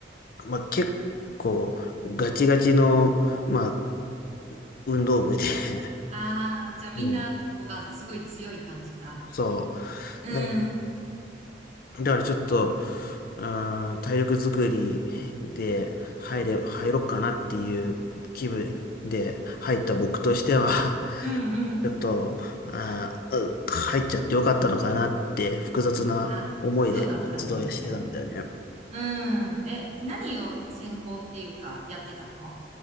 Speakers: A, on the left; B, on the right.
A: まあ結構ガチガチの、まあ、う運動部で <laughs>
B: ああ、じゃあみんな個々がすごい強い感じだ。
A: うん、<laughs> そ
B: うん。
A: う。だから、だからちょっと、うーん、体力作りで入れ、入ろっかなっていう気分で入った僕としては、
B: うん、うん。
A: ちょっと、あー、う入っちゃってよかったのかなって複雑な思いで活動してたんだよね。
B: あ、そうだったんだね。うん。え、何を専攻っていうかやってたの